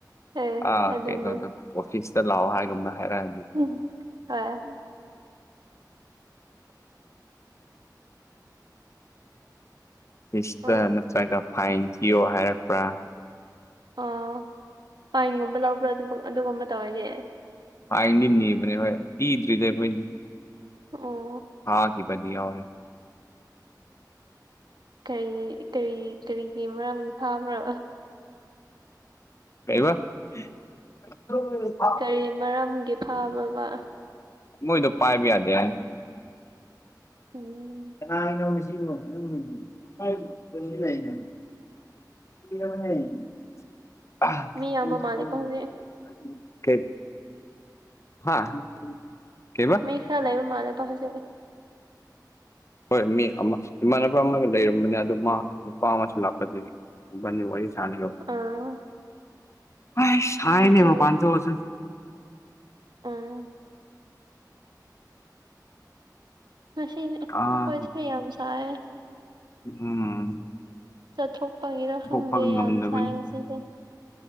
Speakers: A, on the right; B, on the left.
A: ꯑꯦ
B: ꯑꯥ
A: ꯑꯗꯨꯅ
B: ꯀꯩꯩꯅꯣꯗ ꯑꯣꯐꯤꯁꯇ ꯂꯥꯛꯑꯣ ꯍꯥꯏꯒꯨꯝꯕ ꯍꯥꯏꯔꯛꯑꯅꯤ
A: ꯎꯝ ꯍꯣꯏ
B: ꯑꯣꯐꯤꯁꯇ
A: ꯑꯣ
B: ꯅꯠꯇ꯭ꯔꯒ ꯐꯥꯏꯟ ꯊꯤꯌꯣ ꯍꯥꯏꯔꯛꯄ꯭ꯔꯥ
A: ꯑꯣ ꯐꯥꯏꯟꯒꯨꯝꯕ ꯂꯧꯕ꯭ꯔꯥ ꯑꯗꯨ ꯑꯗꯨꯒꯨꯝꯕ ꯇꯧꯔꯗꯤ
B: ꯐꯥꯏꯟꯗꯤ ꯅꯤꯕꯅꯦ ꯍꯣꯏ ꯄꯤꯗ꯭ꯔꯤꯗ ꯑꯩꯈꯣꯏ
A: ꯑꯣ
B: ꯐꯥꯈꯤꯕꯗꯤ ꯌꯥꯎꯋꯦ
A: ꯀꯩ ꯀꯩ ꯀꯔꯤꯒꯤ ꯃꯔꯝ ꯐꯥꯕ꯭ꯔꯣ
B: ꯀꯩꯕ <unintelligible>
A: ꯀꯔꯤ ꯃꯔꯝꯒꯤ ꯐꯥꯕ꯭ꯔꯕ
B: ꯃꯣꯏꯗꯣ ꯄꯥꯏꯕ ꯌꯥꯗꯦ ꯍꯥꯏ
A: ꯎꯝ
B: <unintelligible> <unintelligible> <unintelligible>
A: ꯃꯤ ꯌꯥꯝꯕ ꯃꯥꯜꯂꯦꯀꯣ ꯍꯧꯖꯤꯛ
B: ꯍꯥ ꯀꯩꯕ
A: ꯃꯤ ꯈꯔ ꯂꯩꯕ ꯃꯥꯜꯂꯦꯕ ꯍꯧꯖꯤꯛ
B: ꯍꯣꯏ ꯃꯤ ꯑꯃ ꯏꯃꯥꯟꯅꯕ ꯑꯃꯒ ꯂꯩꯔꯝꯕꯅꯦ ꯑꯗꯨ ꯃꯥ ꯅꯨꯄꯥ ꯑꯃꯁꯨ ꯂꯥꯛꯄꯗꯒꯤ ꯃꯕꯥꯅꯤ ꯋꯥꯔꯤ <unintelligible>
A: ꯑꯥ
B: ꯑꯩꯁ ꯁꯥꯏꯅꯦ
A: ꯉꯁꯤ
B: ꯃꯄꯥꯟ ꯊꯦꯛꯑꯁꯨ
A: ꯎꯝ ꯉꯁꯤꯗꯤ ꯑꯩꯈꯣꯏꯁꯨ
B: ꯑꯥ
A: ꯌꯥꯝ ꯁꯥꯏ
B: ꯎꯝ
A: ꯆꯠꯊꯣꯛꯄꯒꯤꯔ ꯈꯪꯗꯦ
B: ꯊꯣꯛꯄ ꯉꯝꯗꯕꯅꯤ
A: ꯌꯥꯝ ꯁꯥꯏ ꯉꯁꯤꯁꯦ